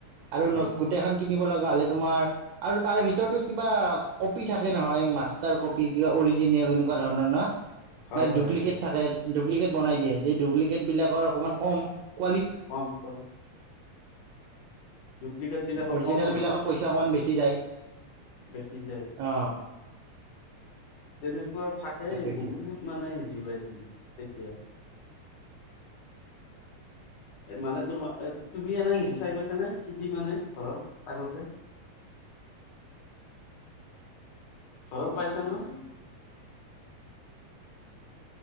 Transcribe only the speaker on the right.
আৰু-
নতুন এখন কিনিব লগা হ'লে তোমাৰ- আৰু তাৰ ভিতৰতো কিবা কপি থাকে নহয় মাষ্টাৰ কপি কিবা অৰিজিনেল এনেকুৱা ধৰণৰ ন?
মানে ডুপ্লিকেট
থাকে ডুপ্লিকেট বনাই দিয়ে সেই ডুপ্লিকেট বিলাকৰ অকণমান কম। কোৱালিটি
অৰিজিনেল
বিলাকত পইচা অকমান বেছি যায়
অ
তাকেইতো